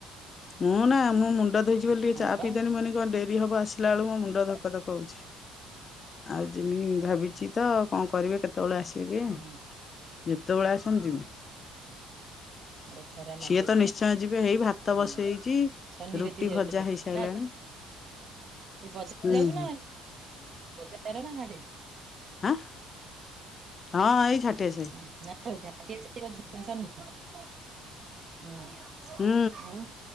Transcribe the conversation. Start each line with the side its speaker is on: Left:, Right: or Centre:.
Left: ମୁଁ ନା ମୁଁ ମୁଣ୍ଡ ଧୋଇଛି ବୋଲି ଟିକେ
Right: ହଁ
Left: ଚା
Right: ବା
Left: ପିଇଦେନି
Right: ଭଲ
Left: ମନି କଣ ଡେରି ହବ ଆସିଲା ବେଳକୁ ମୋ ମୁଣ୍ଡ ଧକ୍ ଧକ୍ ହଉଛି। ଆଉ ଯେମି ଭାବିଛି ତ କଣ କରିମି କେତେବଳେ ଆସିବି।
Right: ହୁଁ
Left: ଯେତେବଳେ ଆସନ୍ତ ଯିବି।
Right: ଆଡେ ଖରା ମାଡି
Left: ସିଏ
Right: ଆଇଲାଣି
Left: ତ ନିଶ୍ଚୟ ଯିବେ ହେଇ ଭାତ
Right: ହୁଁ
Left: ବସ୍ ସେଇଚି
Right: ଶନି
Left: ରୁଟି
Right: କତିକି
Left: ଭଜା
Right: ଯାଉଛୁ
Left: ହେଇସାଇଲାଣି।
Right: ନା ବଜାର
Left: ହୁଁ।
Right: ଯାଉଛୁ ନା ବଜାର ନା ହାଡେ
Left: ଆାଁ ହଁ ଏଇ ଝାଟିଆ ସାଇ।
Right: <inaudible> ହଁ।
Left: ହୁଁ।
Right: ଆଉ